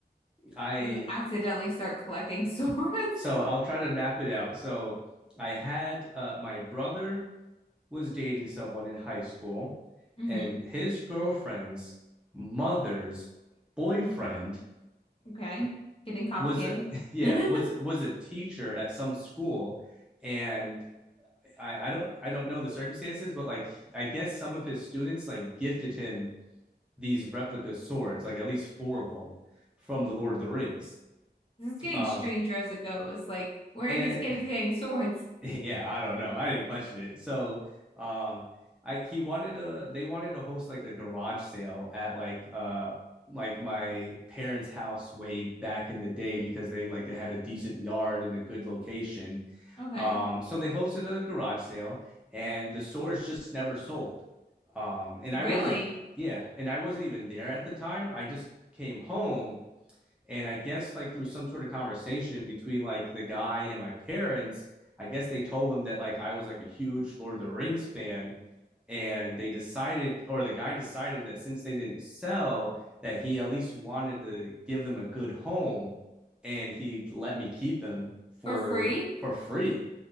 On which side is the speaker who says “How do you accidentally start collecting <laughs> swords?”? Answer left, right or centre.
Left